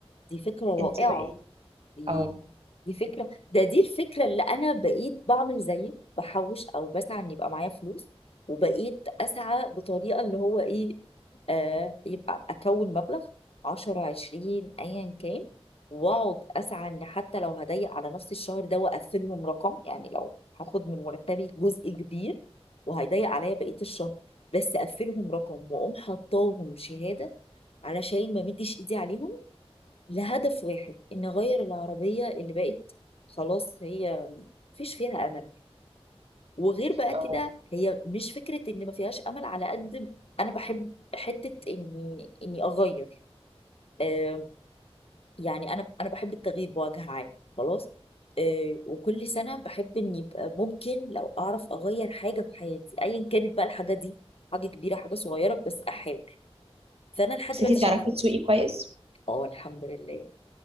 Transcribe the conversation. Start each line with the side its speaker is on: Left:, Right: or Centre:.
Left: دي فكرة رائعة
Right: انت بقى ايه
Left: دي
Right: اه
Left: دي فكرة ده دي الفكرة اللي أنا بقيت بعمل زيك بحوش أو بسعى إن يبقى معايا فلوس وبقيت أسعى بطريقة اللي هو إيه آه يبقى أكون مبلغ عشرة عشرين أيا كان وأقعد أسعى إن حتى لو هضيق على نفس الشهر ده وأقفلهم رقم يعني لو هاخد من مرتبي جزء كبير وهيضيق عليا بقية الشهر بس أقفلهم رقم وأقوم حطاهم شهادة علشان ما مديش إيدي عليهم لهدف واحد ان اغير العربيه اللي بقت خلاص هي مفيش فيها امل وغير بقى
Right: اه
Left: كده هي مش فكره ان ما فيهاش امل على قد انا بحب حته اني اني اغير آه يعني انا انا بحب التغيير بوجه عام خلاص آه وكل سنه بحب ان يبقى ممكن لو اعرف اغير حاجه في حياتي ايا كانت بقى الحاجه دي حاجه كبيره حاجه صغيره بس احاول فانا لحد
Right: بس
Left: دلوقتي
Right: انت تعرفي
Left: شايفه
Right: تسوقي كويس
Left: اه الحمد لله